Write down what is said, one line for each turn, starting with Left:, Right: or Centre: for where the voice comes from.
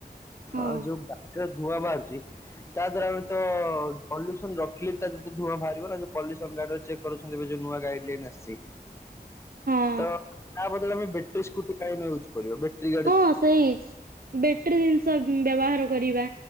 Right: ହଁ
Left: ଅଁ ଯୋଉ ବା ଧୂଆଁ ବାହାରୁଚି ତାଦ୍ଵାରା ଆମେତ ପଲ୍ୟୁସନ ରଖିଲେ ତ ଧୂଆଁ ବାହାରିବନା ଯୋଉ ପଲ୍ୟସନ୍ ଗାଡ଼ିରେ ଚେକ୍ କରଛନ୍ତି ଏବେ ଯୋଉ ନୂଆ ଗାଇଡ୍ ଲାଇନ୍ ଆସିଚି।
Right: ହଁ
Left: ତ ତାବଦଳରେ ଆମେ ବ୍ୟାଟ୍ରି ସ୍କୁଟି କାହିଁ ନୟୁଜ୍ କରିବା ବେଟ୍ରି
Right: ହଁ ସେଇ ବେଟିରୀ ଜିନିଷ ବ୍ୟବହାର କରିବା